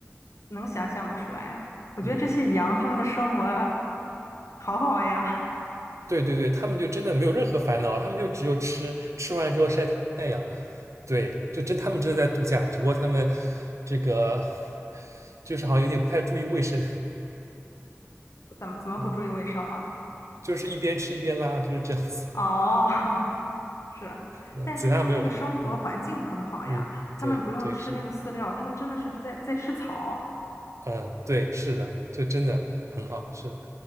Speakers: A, on the left (about 70°); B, on the right (about 70°).
A: 能想象得出来。我觉得这些羊它们的生活
B: 嗯，
A: 好好呀，
B: 对对对，他们就真的没有任何烦恼，他们就只有吃，吃完之后晒太阳。对，就真他们真的在度假，只不过他们这个就是好像有点不太注意卫生，
A: 怎么怎么不注意卫生了？
B: 嗯，就是一边吃一边拉，就是这样子。
A: 哦，<laughs> 是，
B: 嗯，
A: 但是他们那个生活环境很好呀，
B: 其他没有什么。嗯嗯，
A: 他们不用吃那个饲料，
B: 对对，是的。
A: 他们真的是在在吃草。
B: 嗯，对，是的，这真的很好，是的，